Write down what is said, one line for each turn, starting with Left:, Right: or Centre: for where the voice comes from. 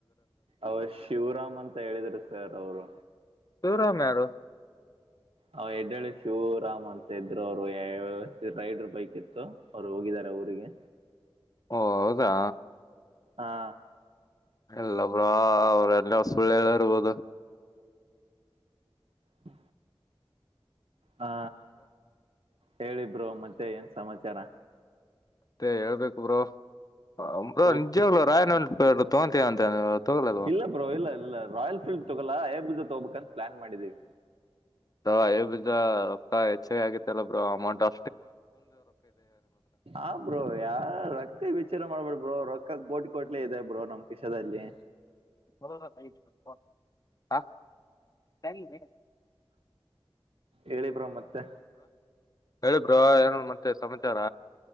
Right: ಅವ ಶಿವರಾಮ ಅಂತ ಹೇಳಿದ್ರ ಸರ್ ಅವರು
Left: ರಾಮ್ಯ ಯಾರು
Right: ಅವ ಎಡ್ಳ್ ಶಿವರಾಮ್ ಅಂತ ಇದ್ರು ಅವರು ರೈಡರ್ ಬೈಕ್ ಇತ್ತು ಅವ್ರು ಹೋಗಿದ್ದಾರೆ ಊರಿಗೆ
Left: ಓ ಹೌದಾ
Right: ಹಾ
Left: ಎಲ್ಲಬ್ರ ಅವ್ರ ಎಲ್ಲ ಹೊಸ್ಬಳ್ಳ ಹೇಳ ಇರ್ಬೋದು
Right: ಹ ಹಾ ಹೇಳಿಬ್ರು ಮತ್ತೆ ಏನ್ ಸಮಾಚಾರ
Left: ಮತ್ತೆ ಹೇಳ್ಬೇಕು ಬ್ರೋ ಅ್ರ
Right: ಹೋಗ್
Left: ನಿಜಾಗ್ಲ ರಾಯನ ಪೇ ತಗೋಂತೀಯ ಅಂತ ತಗೊಳಲ್ವಾ
Right: ಇಲ್ಲ ಬ್ರೋ ಇಲ್ಲ ಇಲ್ಲ ರಾಯಲ್ ಫೀಲ್ಡ್ ತಗೋಲ್ಲ ಬಜ ತಗೋಬೇಕಂತ ಪ್ಲಾನ್ ಮಾಡಿದೀವಿ
Left: ಹ ಅಯ ಬಿದ್ರ ರೊಕ್ಕ ಹೆಚ್ಚ ಆಗಿತ್ತಲ್ಲ ಬ್ರರು ಅಮೌಂಟ್ ಆ
Right: ಆ ಬ್ರೋ ಯಾರ ರೊಕ್ಕ ಬಿಚ್ಚಾರ ಮಾಡ್ಬೇಡ ಬ್ರೋ ರೊಕ್ಕ ಅಕ್ಕ ಕೋಟಿ ಕೋಟ್ಲೆ ಇದೆ ಬ್ರೋ ನಮ್ ಕಷದಲ್ಲಿ
Left: ಬ ಹ <inaudible>
Right: ಹೇಳಿಬ್ರ ಮತ್ತೆ
Left: ಹೇಳಿಬ್ರ ಏನು ಮತ್ತೆ ಸಮಾಚಾರ